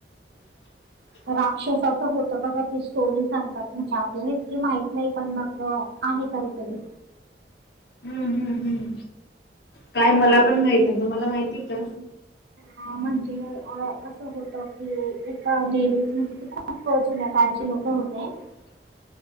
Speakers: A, on the left (about 65°); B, on the right (about 70°).
A: <inaudible>
B: राक्षसाचं होतं बघा ती स्टोरी सांगतात म्हणजे आपल्याला इतकी माहित नाही पण मग, तर आहे काहीतरी
A: हम्म हम्म हम्म काय मला पण माहित नाही तुम्हाला माहिती का?
B: हा म्हणजे असं होत की एका लेडीज तिथ खूप वच्या जुन्या काळचे लोक होते,
A: <unintelligible>